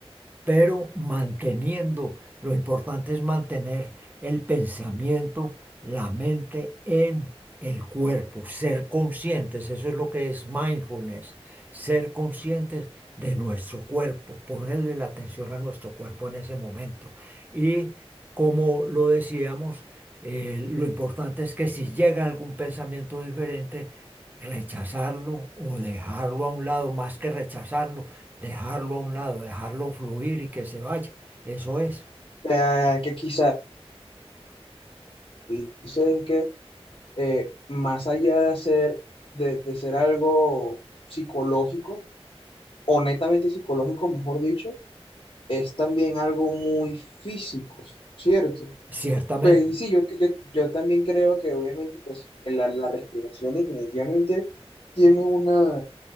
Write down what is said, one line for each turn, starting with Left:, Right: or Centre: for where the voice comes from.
Right: pero manteniendo, lo importante es mantener el pensamiento, la mente en el cuerpo, ser conscientes, eso es lo que es mindfulness, ser conscientes de nuestro cuerpo, ponerle la atención a nuestro cuerpo en ese momento. Y como lo decíamos, eh, lo importante es que si llega algún pensamiento diferente, rechazarlo o dejarlo a un lado, más que rechazarlo dejarlo a un lado, dejarlo fluir y que se vaya. Eso es,
Left: O sea, que quizás dices que eh, más allá de hacer, de, de ser algo psicológico, o netamente psicológico, mejor dicho, es también algo muy físico, ¿cierto?
Right: ciertamente.
Left: Pues y sí, yo, yo, yo también creo que obviamente pues, la, la respiración definitivamente tiene una,